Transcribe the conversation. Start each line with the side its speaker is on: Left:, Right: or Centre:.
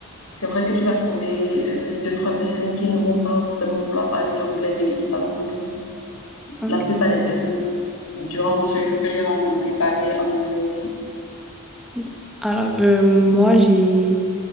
Left: C'est vrai que tu vas trouver euh, deux, trois personnes qui ne vont pas vraiment vouloir parler l'anglais, mais ils parlent en anglais.
Centre: Ok.
Left: La plupart des personnes, durant mon séjour que j'ai rencontré, parlaient en anglais aussi.
Centre: Ok. Alors euh, moi j'ai